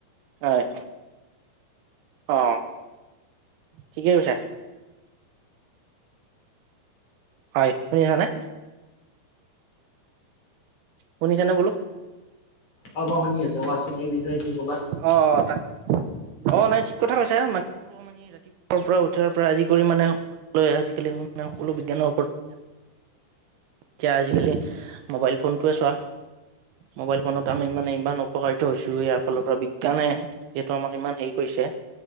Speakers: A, on the right; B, on the left.
A: হয়, অ, ঠিকে কৈছা। হয়, শুনিছা নে! শুনিছা নে বোলো!
B: অ, মই শুনি আছো। কোৱাচোন, এই বিষয়ে কি ক'বা?
A: অ, তাক, অ, নাই, ঠিক কথা কৈছা <unintelligible> এই ৰাতিপুৱাৰ পৰা উঠাৰ পৰা আদি কৰি মানে সকলো আজিকালি বিজ্ঞানৰ ওপৰত। এতিয়া আজিকালি মোবাইল ফোনটোৱে চোৱা মোবাইল ফোনত আমি মানে ইমান উপকাৰিত হৈছো, ইয়াৰ ফালৰ পৰা বিজ্ঞানে যিহেতু আমাক ইমান হেৰি কৰিছে,